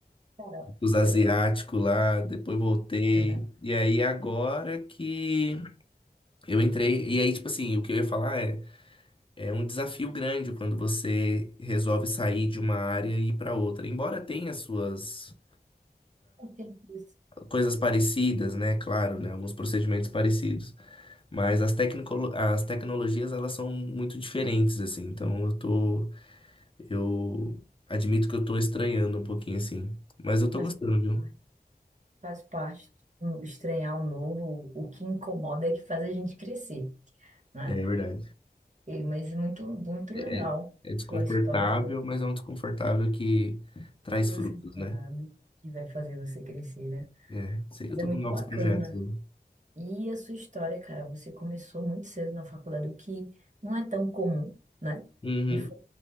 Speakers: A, on the right; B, on the left.
A: Cara,
B: os asiáticos
A: olha aí.
B: lá, depois voltei.
A: <laughs>
B: E aí agora que eu entrei, e aí tipo assim, o que eu ia falar é É um desafio grande quando você resolve sair de uma área e ir para outra. Embora tenha suas
A: Não tem isso,
B: coisas parecidas, né? Claro, né? Alguns procedimentos parecidos. Mas as, tecnicolo- as tecnologias, elas são muito diferentes, assim. Então, eu tô... Eu admito que eu tô estranhando um pouquinho, assim. Mas eu tô
A: mas
B: gostando,
A: faz
B: viu?
A: parte. Faz parte. Um- Estranhar o novo, o que incomoda é que faz a gente crescer, né?
B: É, é verdade.
A: E- Mas muito, muito
B: É,
A: legal
B: é- é desconfortável,
A: sua história, sabe?
B: mas é um desconfortável que traz
A: que você
B: frutos,
A: sabe
B: né?
A: que vai fazer você crescer, né?
B: É, sei que
A: Mas
B: eu tô
A: é muito
B: com novos
A: bacana
B: projetos. né?
A: E a sua história, cara, você começou muito cedo na faculdade, o que não é tão comum, né?
B: Uhum.
A: E foi